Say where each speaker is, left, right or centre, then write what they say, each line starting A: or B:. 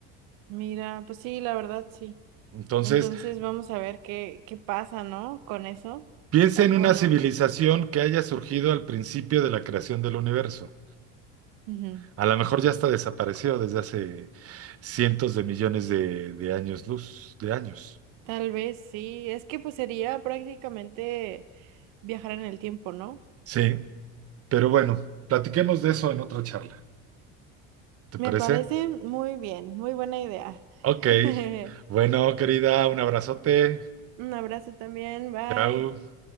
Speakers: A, on the right (about 75°); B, on the right (about 45°).
A: Mira, pues sí, la verdad sí.
B: Entonces,
A: Entonces vamos a ver qué, qué pasa, ¿no? Con eso.
B: piensa
A: Ah, bueno,
B: en una civilización que haya surgido al principio de la creación del universo.
A: ujú.
B: A lo mejor ya está desaparecido desde hace cientos de millones de, de años luz, de años.
A: Tal vez sí. Es que pues sería prácticamente viajar en el tiempo, ¿no?
B: Sí, pero bueno, platiquemos de eso en otra charla. ¿Te
A: Me
B: parece?
A: parece muy bien, muy buena idea.
B: Ok.
A: <laughs>
B: Bueno, querida, un abrazote.
A: Un abrazo también, bye.
B: Chao.